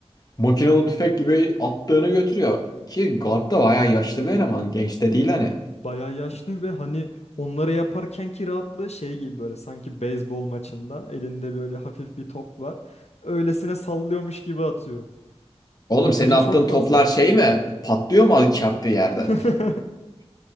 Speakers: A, on the left; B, on the left.
A: Makinalı tüfek gibi attığını götürüyor. Ki guard da bayağı yaşlı bir eleman. Genç de değil hani.
B: Bayağı yaşlı ve hani onları yaparkenki rahatlığı şey gibi böyle sanki beyzbol maçında elinde böyle hafif bir top var. Öylesine sallıyormuş gibi atıyor. Ama
A: Oğlum
B: gücü
A: senin attığın
B: çok fazla.
A: toplar şey mi? Patlıyor mu çarptığı yerde?
B: <laughs>